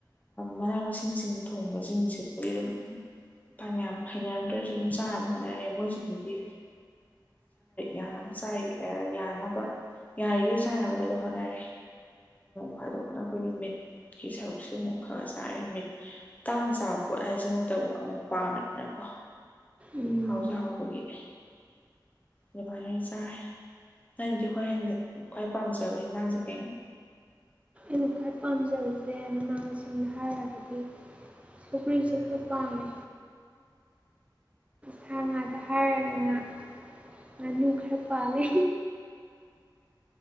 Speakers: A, on the left (about 20°); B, on the right (about 15°).
A: ꯃꯅꯥ ꯃꯁꯤꯡꯁꯤꯡ ꯊꯣꯡꯕꯁꯤꯡꯁꯤꯕꯨꯝ ꯥꯟ ꯌꯥꯝꯌꯥꯝ ꯍꯩꯅꯔꯝꯗ꯭ꯔꯁꯨ ꯑꯗꯨꯝ ꯆꯥꯅꯕ ꯍꯣꯠꯅꯔꯦ ꯃꯣꯏꯁꯤꯡꯗꯨꯗꯤ ꯌꯥꯅꯕ ꯆꯥꯏ ꯌꯥꯅꯕ ꯌꯥꯔꯤꯈꯩ ꯆꯥꯟꯅꯕꯗ ꯑꯗꯨ ꯍꯣꯠꯅꯔꯦ ꯐꯥꯗꯣꯛꯅ ꯑꯩꯈꯣꯏꯒꯤ ꯃꯤꯠꯀꯤ ꯁꯔꯨꯛꯁꯦ ꯑꯃꯨꯛ ꯈꯔ ꯆꯥꯏꯔꯦ ꯃꯤꯠ ꯇꯥꯡ ꯆꯥꯕ ꯄꯣꯠ ꯍꯥꯏꯁꯤꯃꯛꯇꯕꯨ ꯑꯃꯨꯛ ꯄꯥꯝꯃꯤꯗꯅꯀꯣ
B: ꯎꯝ
A: ꯍꯥꯎꯖ ꯍꯥꯎꯕꯒꯤ ꯑꯗꯨꯃꯥꯏꯅ ꯑꯣꯏꯅ ꯆꯥꯔꯦ ꯅꯪꯗꯤ ꯈ꯭ꯋꯥꯏ ꯍ ꯈ꯭ꯋꯥꯏ ꯄꯥꯝꯖꯕ ꯌꯦꯟꯖꯥꯡꯁꯦ ꯀꯩꯅꯣ
B: ꯑꯩꯅ ꯈ꯭ꯋꯥꯏ ꯄꯥꯝꯖꯕꯁꯦ ꯃꯃꯥꯡꯁꯤꯡ ꯍꯥꯏꯔꯔꯕꯗꯤ ꯁꯨꯈ꯭ꯔꯤꯁꯦ ꯈ ꯄꯥꯝꯃꯦ ꯁꯥ ꯉꯥꯗ ꯍꯥꯏꯔꯒꯅ ꯉꯥꯅꯨ ꯈꯔ ꯄꯥꯝꯋꯦ